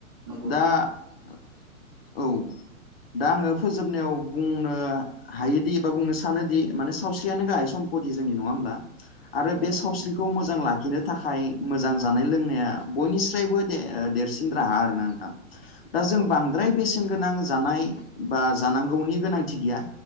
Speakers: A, on the right; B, on the left.
A: नंगौ
B: दा
A: नोंथां
B: औ दा आङो फोजोबनायाव बुंनो हायोदि एबा बुंनो सानोदि माने सावस्रियानो गाहाय सम्पति जोंनि नङा होमब्ला आरो
A: औ
B: बे
A: नंगौ
B: सावस्रिखौ मोजां लाखिनो थाखाय मोजां जानाय लोंनाय बयनिफ्राबो देरसिन राहा आरोना नोंथां दा जों
A: औ
B: बांद्राय बेसेन गोनां जानाय बा जानांगौनि गोनांथि गैया